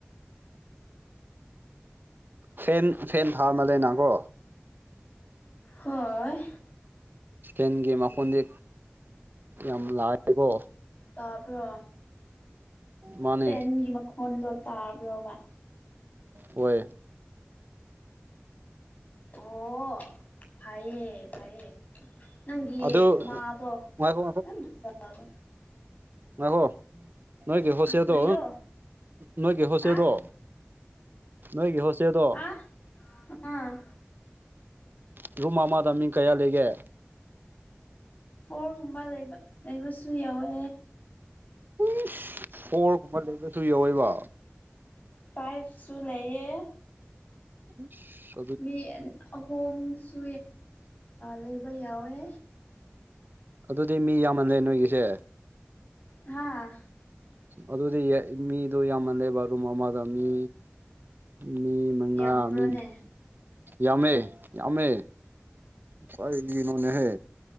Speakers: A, on the right (about 50°); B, on the left (about 40°).
A: ꯐꯦꯟ ꯐꯦꯟ ꯊꯥꯃꯟꯂꯩꯅꯥꯀꯣ
B: ꯍꯣꯏ
A: ꯏꯁꯀꯩꯅꯒꯤ ꯃꯈꯣꯟꯗꯤ ꯌꯥꯝ ꯂꯥꯛꯑꯦꯀꯣ
B: ꯇꯥꯕ꯭ꯔꯣ
A: ꯃꯥꯅꯦ
B: ꯏꯁꯄꯦꯟꯒꯤ ꯃꯈꯣꯟꯗꯣ ꯇꯥꯕ꯭ꯔꯣꯕ
A: ꯑꯣꯏ
B: ꯑꯣ ꯐꯌꯦ ꯐꯩꯌꯦ ꯅꯪꯒꯤ
A: ꯑꯗꯨ
B: ꯅꯥꯗꯣ
A: ꯉꯥꯏꯈꯣ
B: ꯌꯥꯝ ꯐꯖ ꯐꯕꯥ
A: ꯉꯥꯛꯈꯣ ꯅꯣꯏꯒꯤ ꯍꯣꯁꯇꯦꯜꯗꯣ
B: ꯀꯔꯤꯔꯣ
A: ꯅꯣꯏꯒꯤ ꯍꯣꯁꯇꯦꯜꯗꯣ
B: ꯍꯥ
A: ꯅꯣꯏꯒꯤ ꯍꯣꯠꯇꯦꯜꯗꯣ
B: ꯍꯥ ꯑꯥ
A: ꯎ ꯔꯨꯝ ꯑꯃꯗ ꯃꯤ ꯀꯌꯥ ꯂꯩꯒꯦ
B: ꯐꯣꯔꯒꯨꯝꯕ ꯂꯩꯕ ꯂꯩꯕꯁꯨ ꯌꯎꯋꯦ
A: ꯏꯁ ꯐꯣꯔꯒꯨꯝꯕ ꯂꯩꯕꯁꯨ ꯌꯥꯎꯋꯦꯕ
B: ꯐꯥꯏꯞꯁꯨ ꯂꯩꯌꯦ
A: ꯏꯁ
B: ꯃꯤ ꯑꯍꯨꯝꯁꯨ ꯂꯩꯕ ꯌꯥꯎꯋꯦ
A: ꯑꯗꯨꯗꯤ ꯃꯤ ꯌꯥꯝꯃꯜꯂꯦ ꯅꯣꯏꯒꯤꯁꯦ
B: ꯍꯥꯥ
A: ꯑꯗꯨꯗꯤ ꯃꯤꯗꯨ ꯌꯥꯝꯃꯜꯂꯦꯕꯥ ꯔꯨꯃ ꯑꯃꯥꯗ ꯃꯤ ꯃꯤ ꯃꯉꯥ
B: ꯌꯥꯝꯕ꯭ꯔꯣꯅꯦ
A: ꯃꯤ ꯌꯥꯝꯃꯦ ꯌꯥꯝꯃꯦ ꯀꯤꯒꯤꯅꯣꯅꯦ ꯍꯦ